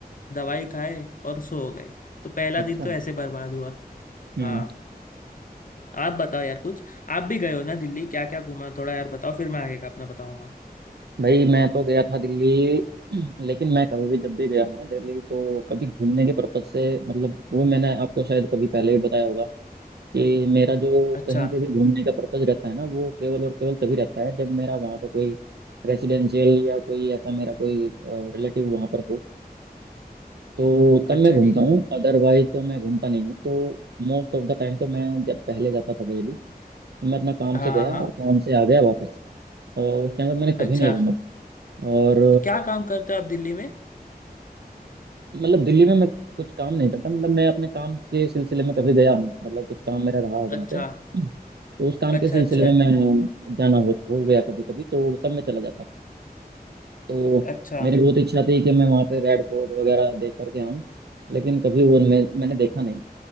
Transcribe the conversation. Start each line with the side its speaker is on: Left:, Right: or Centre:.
Left: दवाई खाए और सो गए तो पहला
Right: अच्छा
Left: दिन तो ऐसे बर्बाद हुआ
Right: हम्म
Left: हाँ आप बताओ यार कुछ आप भी गए हो ना दिल्ली क्या क्या घूमा थोड़ा यार बताओ फिर मैं आगे का अपना बताऊंगा
Right: भाई मैं तो गया था दिल्ली लेकिन मैं कभी भी जब भी गया हूँ ना दिल्ली तो कभी घूमने के पर्पज से मतलब वो मैंने आपको शायद कभी पहले भी बताया होगा कि मेरा जो
Left: अच्छा
Right: कहीं पे भी घूमने का पर्पज रहता है ना वो केवल और केवल तभी रहता है जब मेरा वहाँ पे कोई रेसिडेंशियल या कोई ऐसा मेरा कोई रिलेटिव वहाँ पर हो तो तब
Left: अच्छा
Right: मैं घूमता
Left: जी
Right: हूँ अदरवाइज तो मैं घूमता नहीं हूँ तो मोस्ट ऑफ द टाइम तो मैं जब पहले जाता था दिल्ली तो मैं अपना काम
Left: हाँ
Right: से गया
Left: हाँ हाँ
Right: और काम से आ गया वापस और उस टाइम पे मैंने कभी
Left: अच्छा
Right: नहीं घूमा और
Left: क्या काम करते हो आप दिल्ली में
Right: मतलब दिल्ली में मैं कुछ काम नहीं करता मतलब मैं अपने काम के सिलसिले में कभी गया हूँ मतलब कुछ काम मेरा रहा वहाँ
Left: अच्छा
Right: पे तो उस काम
Left: अच्छा
Right: के सिलसिले
Left: अच्छा
Right: में मैं जाना हो, हो गया कभी कभी तो तब मैं चला जाता तो
Left: अच्छा
Right: मेरी बहुत इच्छा थी कि मैं वहाँ पे रेड फोर्ट वगैरह देख करके आऊँ लेकिन कभी वो मैं, मैंने देखा नहीं